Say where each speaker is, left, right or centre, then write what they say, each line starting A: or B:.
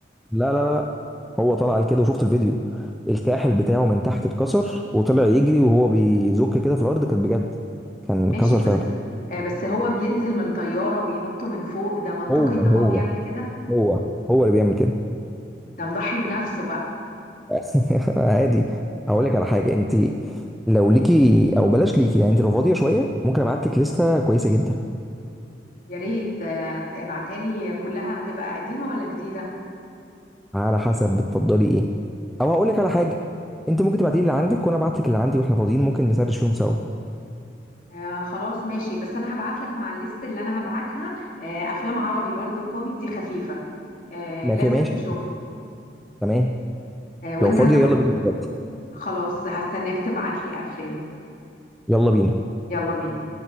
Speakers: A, in the centre; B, on the left.
A: لا لا لا لا. هو طلع قال كده وشفت الفيديو الكاحل
B: آه.
A: بتاعه من تحت اتكسر وطلع يجري وهو بيزك كده في الارض كانت بجد كان
B: ماشي
A: كسر
B: بس
A: فعلا
B: آه، بس هو بينزل من طيارة وينط من فوق ده منطقي
A: هو
B: إن هو
A: هو
B: بيعمل كده
A: هو هو اللي بيعمل كده
B: ده مضحي بنفسه بقى
A: <laughs> عادي اقول لك على حاجه انت لو ليكي او بلاش ليكي يعني انت لو فاضيه شويه ممكن ابعت لك لسته كويسه جدا
B: يا ريت آه، هت- ابعتها لي كلها هتبقى قديمة ولا جديدة
A: على حسب بتفضلي ايه او هقول لك على حاجه انت ممكن تبعتي لي اللي عندك وانا ابعت لك اللي عندي واحنا فاضيين ممكن نسرش فيهم سوا
B: آه خلاص ماشي بس انا هبعت لك مع الليست اللي انا هبعتها آه افلام عربي برضو كوميدي خفيفة آه
A: ما
B: لازم
A: في ماشي
B: تشوفها
A: تمام
B: آه وانت
A: لو فاضيه
B: هتبقى
A: يلا بينا دلوقتي
B: خلاص هستناك تبعت لي افلام
A: يلا بينا
B: يلا بينا